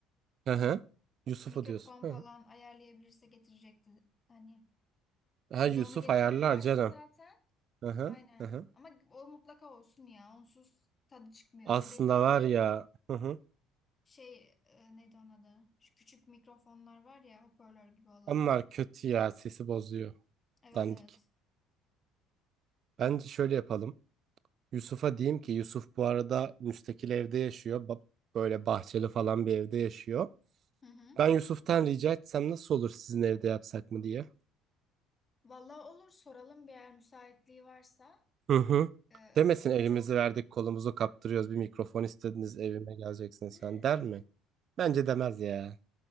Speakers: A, on the right (about 50°); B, on the left (about 30°).
A: Hı hı. Yusuf'u
B: Mikrofon
A: diyorsun. Hı
B: falan
A: hı.
B: ayarlayabilirse getirecekti. Hani
A: Ha
B: bir
A: Yusuf
B: de onu getirirlerse
A: ayarlar canım.
B: zaten
A: Hı hı.
B: Aynen.
A: Hı hı.
B: Ama o mutlaka olsun ya. Onsuz tadı çıkmıyor.
A: Aslında
B: Hani benim evde
A: var ya. Hı hı.
B: şey e, neydi onun adı? Şu küçük mikrofonlar var ya hoparlör gibi olan.
A: Onlar kötü ya sesi bozuyor.
B: Evet
A: Dandik.
B: evet.
A: Bence şöyle yapalım. Yusuf'a diyeyim ki Yusuf bu arada müstakil evde yaşıyor. Ba- Böyle bahçeli falan bir evde yaşıyor.
B: Hı hı.
A: Ben Yusuf'tan rica etsem nasıl olur sizin evde yapsak mı diye.
B: Vallahi olur soralım bir yer müsaitliği varsa.
A: Hı hı.
B: E,
A: Demesin elimizi
B: çok
A: verdik kolumuzu kaptırıyoruz bir mikrofon istediniz evime geleceksin sen
B: <gasps>
A: der mi? Bence demez ya.